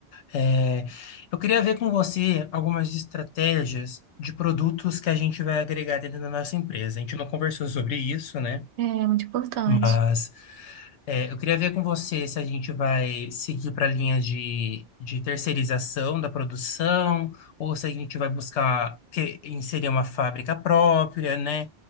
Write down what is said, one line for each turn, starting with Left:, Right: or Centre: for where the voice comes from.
Left: É, eu queria ver com você algumas estratégias de produtos que a gente vai agregar dentro da nossa empresa. A gente não conversou sobre isso, né?
Right: É muito importante.
Left: Mas É, eu queria ver com você se a gente vai seguir para a linha de, de terceirização da produção, ou se a gente vai buscar que- inserir uma fábrica própria, né?